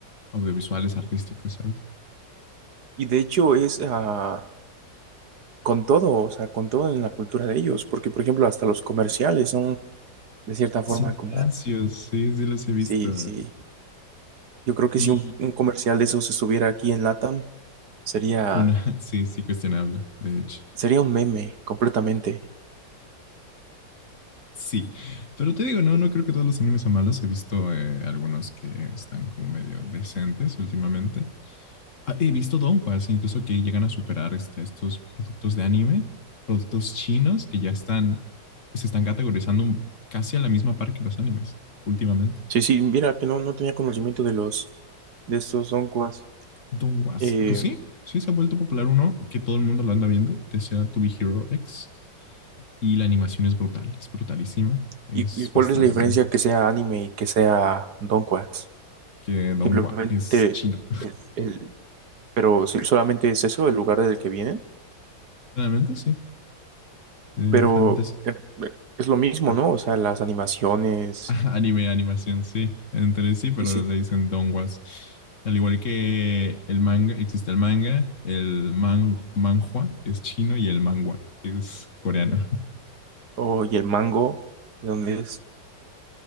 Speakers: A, on the left (about 45°); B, on the right (about 65°).
A: audiovisuales, artísticos, ¿sabes?
B: y de hecho es ah, con todo, o sea, con todo en la cultura de ellos, porque, por ejemplo, hasta los comerciales son, de cierta forma,
A: Son
B: como,
A: rancios, sí, sí los he visto.
B: sí, sí. Yo creo que
A: Y
B: si un, un comercial de esos estuviera aquí en LATAM, sería,
A: Funa, <laughs> sí, sí, cuestionable, de hecho.
B: sería un meme completamente.
A: Sí, pero te digo, no, no creo que todos los animes sean malos. He visto eh, algunos que están como medio decentes últimamente. Ah, He visto donquas, incluso que llegan a superar este, estos productos de anime, productos chinos que ya están, se están categorizando casi a la misma par que los animes últimamente.
B: Sí, sí, mira que no, no tenía conocimiento de los, de estos donquas.
A: Donguas,
B: Eh,
A: pues sí, sí se ha vuelto popular uno que todo el mundo lo anda viendo, que sea To Be Hero X, y la animación es brutal, es brutalísima, es
B: ¿y, y cuál
A: bastante
B: es la diferencia
A: buena.
B: que sea anime y que sea donquas?
A: Que Dongua
B: Simplemente,
A: es chino.
B: el, el- pero sí, solamente es eso, el lugar del que vienen,
A: <laughs> Generalmente sí, eh,
B: pero
A: generalmente sí.
B: eh, eh, es lo mismo,
A: Ah,
B: ¿no? O sea, las animaciones,
A: <laughs> Ajá, Anime, animación, sí. Entre sí, pero
B: sí, sí.
A: le dicen donguas. Al igual que el manga, existe el manga, el man, manhua, que es chino, y el manhwa, que es coreano. <laughs>
B: Oh, y el mango, ¿de dónde es?